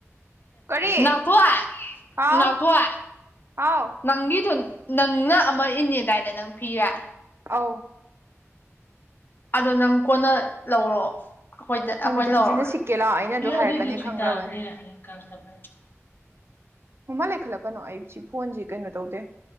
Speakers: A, on the right; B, on the left.
A: ꯀꯔꯤ
B: ꯅꯥꯎ ꯊꯣꯏ
A: ꯍꯥꯎ
B: ꯅꯥꯑꯣ ꯊꯣꯏ꯫
A: ꯍꯥꯎ
B: ꯅꯪꯒꯤꯗꯣ ꯅꯪꯅ ꯑꯃ ꯏꯅꯦꯗꯥꯏꯅꯦ ꯅꯪ ꯐꯤꯔꯦ
A: ꯑꯧ
B: ꯑꯗꯣ ꯅꯪ ꯀꯣꯟꯅ ꯂꯧꯔꯣ ꯑꯩꯈꯣꯏꯗ ꯑꯩꯈꯣꯏ
A: ꯅꯨꯃꯤꯠꯇꯨ
B: ꯂꯧꯔꯒ
A: ꯈꯨꯖꯤꯟꯅ ꯁꯤꯛꯀꯦ ꯂꯥꯎ ꯑꯩꯅ
B: ꯍ
A: ꯑꯗꯨ ꯍꯥꯏꯔꯛꯀꯅꯤ
B: ꯑꯗꯨꯑꯣꯏꯗꯤ ꯁꯨ
A: ꯈꯪꯈ꯭ꯔꯕꯅꯤ
B: ꯇꯥꯔ ꯍꯌꯦꯡꯀꯄ <unintelligible>
A: ꯃꯃ ꯂꯩꯈꯠꯂꯛꯀꯅꯣ ꯑꯩ ꯁꯤ ꯐꯣꯟꯁꯤ ꯀꯩꯅꯣ ꯇꯧꯗꯦ